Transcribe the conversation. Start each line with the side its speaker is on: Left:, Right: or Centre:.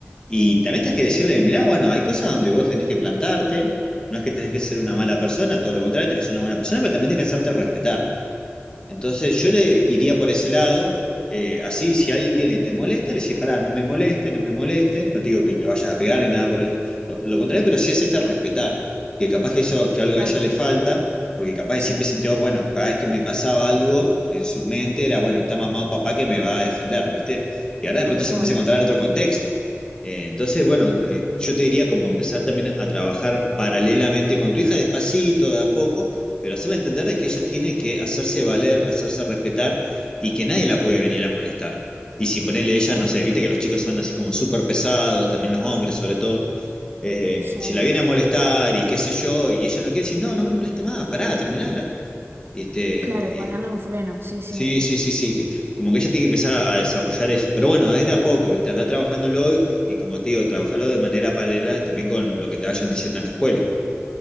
Left: Y también tenés que decirle, mirá, bueno, hay cosas donde vos tenés que plantarte, no es que tenés que ser una mala persona, todo lo contrario, tenés que ser una buena persona, pero también tenés que hacerte respetar. Entonces yo le iría por ese lado, eh, así si alguien viene y te molesta, le decís, pará, no me moleste, no me moleste, no te digo que le vayas a pegar ni nada por, el- por lo contrario, pero sí hacerte respetar, que capaz que eso, que algo
Right: claro,
Left: a ella le falta, porque capaz que
Right: sí,
Left: siempre sintió, bueno, cada vez que me pasaba algo en su mente era, bueno, está mamá o papá que me va a defender, ¿viste? Y ahora de
Right: tal
Left: pronto se
Right: cual,
Left: empieza a encontrar en otro contexto. Eh, entonces, bueno, eh, yo te diría como empezar también a trabajar paralelamente con tu hija, despacito, de a poco pero hacerla entender de que ella tiene que hacerse valer, hacerse respetar y que nadie la puede venir a molestar. Y si ponerle ella,
Right: claro,
Left: no sé, viste que los chicos son así como súper pesados, también los hombres sobre todo. eh,
Right: sí,
Left: si la viene a molestar y qué sé yo, y ella no quiere decir, no, no me moleste más, pará, terminala. Y este,
Right: claro, ponerle
Left: y-
Right: un freno, sí, sí.
Left: sí, sí, sí, sí, que- como que ella tiene que empezar a desarrollar eso. Pero bueno, es de a poco, viste, anda trabajándolo hoy y como te digo, trabajarlo de manera paralela también con lo que te vayan diciendo en la escuela.